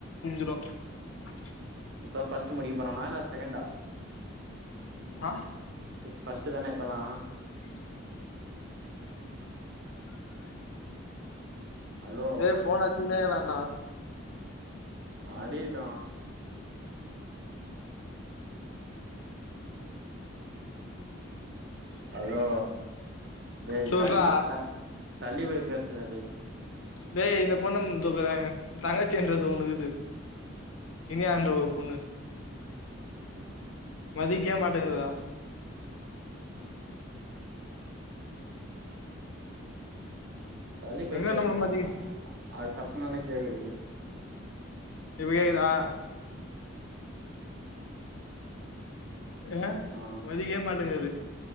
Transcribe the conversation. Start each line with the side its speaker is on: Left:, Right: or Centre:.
Left: <unintelligible>
Right: இப்ப ஃபஸ்ட்டு முடிக்க போறானா இல்ல செகண்டா
Left: ஆ
Right: ஃபர்ஸ்ட் ஃபர்ஸ்ட் தான இப்பதா ஹலோ
Left: ஏ ஃபோன் அச்சுகுனே இகான்டா
Right: அடிகிட்டு அலோ டேய்
Left: சொல்றா
Right: தள்ளி த தள்ளி போய் பேசுறா டேய்
Left: டேய் இந்தப் பொண்ணந் தொஃப தங்கச்சின்றது ஒன்னு இகுது இனியந் அ ஒரு பொண்ணு
Right: ம்
Left: மதிக்வே மாட்டேங்குதா
Right: தள்ளி போய்
Left: எங்க
Right: பேசுறா
Left: நம்மள மதிக்கு
Right: அது சத்ததான்டா கேக்குது
Left: இப்ப கேக்குதா அ
Right: ஆ
Left: மதிக்வே மாட்டேங்குது